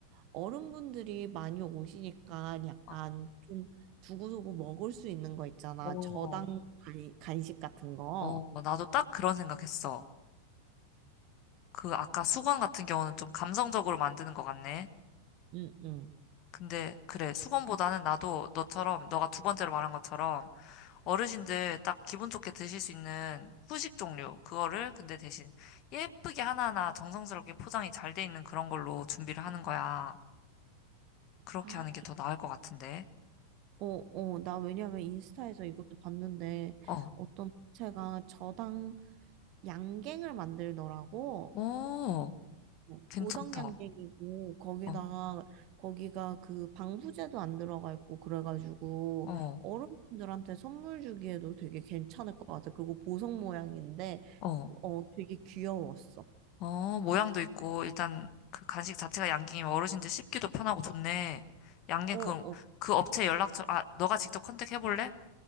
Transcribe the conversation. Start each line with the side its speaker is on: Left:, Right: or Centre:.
Right: 어른분들이 많이 오시니까 약간
Left: 어.
Right: 좀 두고두고 먹을 수 있는 거 있잖아
Left: 어.
Right: 저당 간- 간식 같은 거.
Left: 어. 나도 딱 그런 생각했어. 그 아까 수건 같은 경우는 좀 감성적으로 만드는 것 같네.
Right: 응, 응.
Left: 근데 그래, 수건보다는 나도 너처럼, 너가 두 번째로 말한 것처럼 어르신들 딱 기분 좋게 드실 수 있는 후식 종류, 그거를 근데 대신 예쁘게 하나하나 정성스럽게 포장이 잘 돼 있는 그런 걸로 준비를 하는 거야. 그렇게
Right: 아,
Left: 하는 게 더 나을 것 같은데.
Right: 어, 어, 나 왜냐면 인스타에서 이것도 봤는데
Left: 어,
Right: 어떤 업체가 저당 양갱을 만들더라고.
Left: 오,
Right: 어,
Left: 괜찮다.
Right: 보석 양갱이고 거기다가
Left: 어,
Right: 거기가 그 방부제도 안 들어가 있고 그래가지고
Left: 어,
Right: 어른분들한테 선물 주기에도 되게 괜찮을 것 같아. 그리고 보석 모양인데
Left: 어.
Right: 어 되게 귀여웠어.
Left: 어, 모양도 있고, 일단 그 간식 자체가 양갱이면 어르신들 씹기도 편하고 좋네. 양갱
Right: 어,
Left: 그,
Right: 어.
Left: 그 업체 연락처, 아, 너가 직접 컨택해볼래?